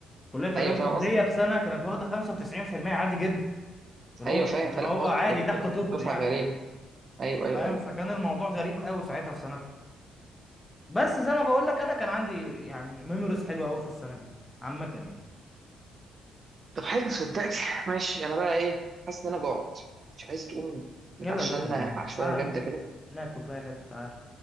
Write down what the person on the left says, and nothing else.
كليه علوم
قبليه
بسنه كانت واخده 95% عادي جدا اللي
هو
اللي
هو
عادي
تحت طب
يعني
فاهم
فكان الموضوع غريب قوي ساعتها في سنه بس زي ما بقول لك انا كان عندي يعني ميموريز حلوه قوي في السنه دي عامه يعني
يلا يا باشا
تعال
ناكل في اي حته تعال